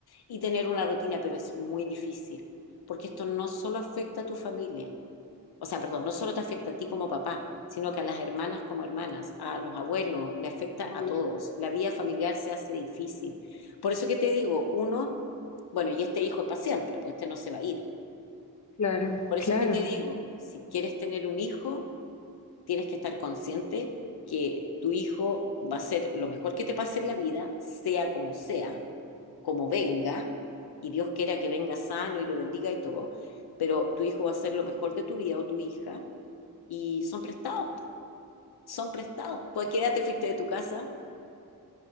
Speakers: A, on the left; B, on the left.
A: Y tener una rutina, pero es muy difícil. Porque esto no solo afecta a tu familia. O sea, perdón, no solo te afecta a ti como papá, sino que a las hermanas como hermanas, a los abuelos, le afecta
B: Mm,
A: a todos. La vida familiar se hace difícil. Por eso que te digo, uno, bueno, y este hijo es para siempre, pues este no se va a ir.
B: Claro,
A: Por eso
B: claro.
A: es que te digo, si quieres tener un hijo, tienes que estar consciente que tu hijo va a ser lo mejor que te pase en la vida, sea como sea, como venga, y Dios quiera que venga sano y lo bendiga y todo, pero tu hijo va a ser lo mejor de tu vida o tu hija, y son prestados, son prestados. ¿Tú a qué edad te fuiste de tu casa?